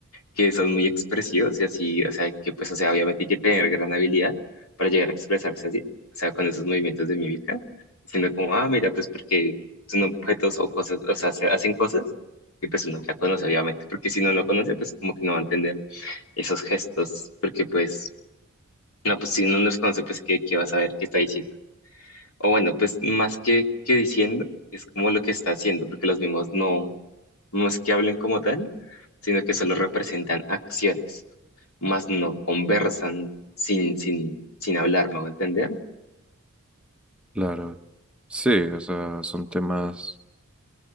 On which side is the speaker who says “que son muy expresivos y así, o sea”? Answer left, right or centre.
Left